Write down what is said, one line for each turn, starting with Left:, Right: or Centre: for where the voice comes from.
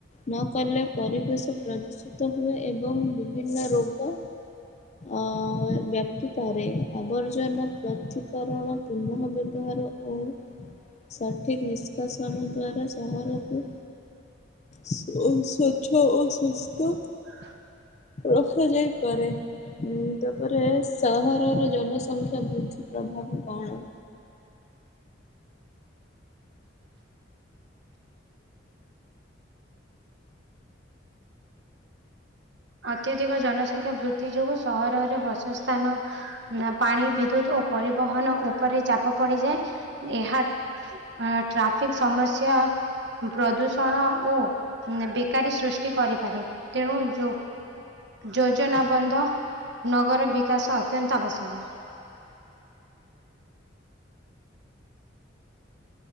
Left: ନକଲେ ପରିବେଶ ପ୍ରଦୂଷିତ ହୁଏ ଏବଂ ବିଭିନ୍ନ ରୋଗ ଅ ବ୍ୟାପିପାରେ ଆବର୍ ଜନ ପ୍ରଥିକରଣ ପୁନଃ ବ୍ୟବହାର ଓ ସଠିକ୍ ନିଷ୍କାସନ ଦ୍ୱାରା ସହରକୁ ସ୍ବ ସ୍ୱଚ୍ଛ ଓ ସୁସ୍ଥ
Right: ହଁ <inaudible>
Left: ରଖାଯାଇପାରେ ଉଁ ତାପରେ ସହରର ଜନ ସଂଖ୍ୟା ବୃଦ୍ଧି ପ୍ରଭାବ କଣ?
Right: ଆତ୍ୟଧିକ ଜନସଂଖ୍ୟା ବୃଦ୍ଧି ଯୋଗୁଁ ସହରର ବସସ୍ଥାନ ନା ପାଣି ବିଦ୍ୟୁତ୍‌ ଓ ପରିବହନ ଉପରେ ଚାପ ପଡିଯାଏ ଏହା ଏଁ ଟ୍ରାଫିକ ସମସ୍ୟା ପ୍ରଦୂଷଣକୁ ବେକାରୀ ସୃଷ୍ଟି କରିପାରେ। ତେଣୁ ଯୋଉ ଯୋଜନା ବନ୍ଧ, ନଗର ବିକାଶ ଅତ୍ୟନ୍ତ ଆବଶ୍ୟକ।